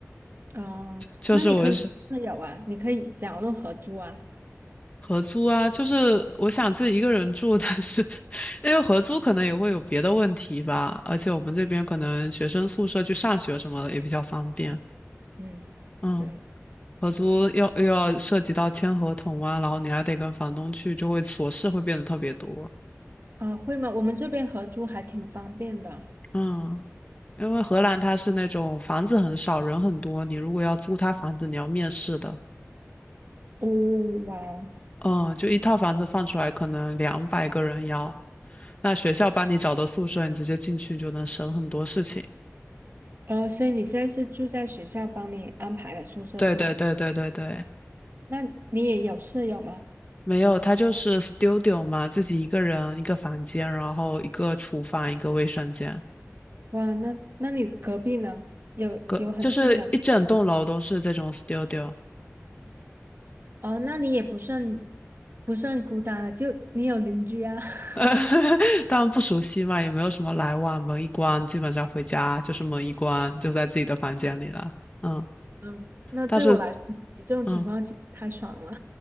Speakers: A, on the right (about 45°); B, on the left (about 25°).
A: 嗯，
B: 就是我是
A: 那你可以有舍友啊，你可以找那种合租啊。
B: 合租啊，就是我想自己一个人住，<laughs> 但是因为合租可能也会有别的问题吧，而且我们这边可能学生宿舍去上学什么的也比较方便。
A: 嗯，
B: 嗯，
A: 对，
B: 合租要又要涉及到签合同啊，然后你还得跟房东去，就会琐事会变得特别多。
A: 啊、会吗？我们这边合租还挺方便的。
B: 嗯，因为荷兰它是那种房子很少，人很多，你如果要租他房子，你要面试的。
A: 哦，哇哦，
B: 嗯，就一套房子放出来，可能两百个人要。那学校帮你找的宿舍，你直接进去就能省很多事情。
A: 哦，所以你现在是住在学校帮你安排的宿舍是吗？
B: 对对对对对对，
A: 那你也有舍友吗？
B: 没有，它就是 studio 嘛，自己一个人一个房间，然后一个厨房，一个卫生间，
A: 哇，那那你隔壁呢？有有很近的
B: 个就是一整栋楼都是这种 studio。
A: 哦，那你也不算不算孤单了，就你有邻居啊。<laughs>
B: <laughs> 当然不熟悉嘛，也没有什么来往，门一关，基本上回家就是门一关，就在自己的房间里了。嗯，
A: 嗯，那对我来说，
B: 但是，
A: 你这种情况就太爽了。
B: 嗯